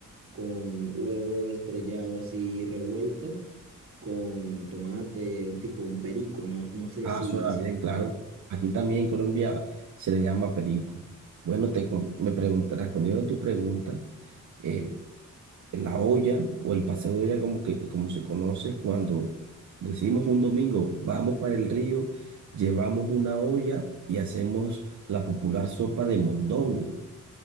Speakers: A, on the right; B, on the right.
A: con huevo estrellado así revuelto, con tomate, tipo un perico, no, no sé
B: ah,
A: si,
B: suena
A: si...
B: bien, claro. Aquí también en Colombia se le llama perico. Bueno, te con- me pregunta, respondiendo a tu pregunta, eh, la olla o el paseo de olla como que como se conoce es cuando decimos un domingo, vamos para el río, llevamos una olla y hacemos la popular sopa de mondongo.